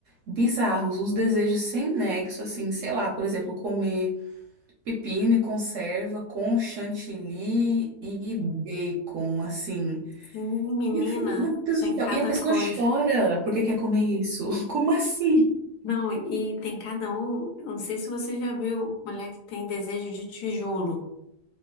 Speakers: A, on the right; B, on the left.
A: bizarros, uns desejos sem nexo, assim, sei lá, por exemplo, comer pepino e conserva com chantilly e bacon, assim.
B: Sim, menina,
A: E eu fico, meu Deus
B: tem
A: do céu.
B: cada
A: E a pessoa
B: coisa.
A: chora porque quer comer isso. <laughs> Como assim?
B: Não, e tem cada um. eu Não sei se você já viu mulher que tem desejo de tijolo.